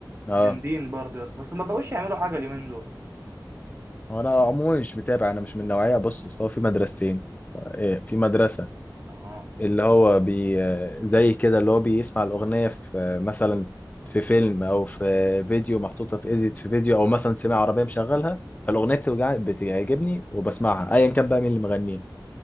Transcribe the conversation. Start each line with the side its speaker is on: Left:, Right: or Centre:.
Left: اه
Right: جامدين برضه يا اسطى بس ما بقوش يعملوا حاجه اليومين دول
Left: وأنا عموما مش متابع أنا مش من النوعية بص أصل هو في مدرستين إيه، في مدرسة
Right: اه
Left: اللي هو بي زي كده اللي هو بيسمع الأغنية في مثلا في فيلم أو في فيديو محطوطة في إيديت في فيديو أو مثلا سمع عربية مشغلها فالأغنية بتوجع- بتعجبني وبسمعها أيا كان بقى مين اللي مغنيها